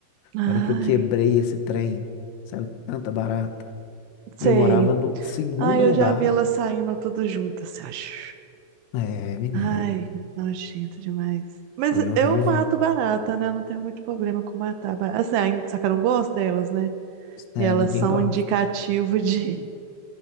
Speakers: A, on the right; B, on the left.
A: Ai,
B: A hora que eu quebrei esse trem, saiu tanta barata.
A: sei.
B: E eu morava no segundo
A: Ai,
B: andar.
A: eu já vi elas saindo tudo juntas. assim, acho.
B: É, menina,
A: Ai, nojento demais.
B: foi
A: Mas
B: horrível.
A: eu mato barata, né? Eu não tenho muito problema com matar barata. Assim, ai, só que eu não gosto delas, né?
B: É,
A: E elas
B: ninguém
A: são
B: gosta.
A: um indicativo de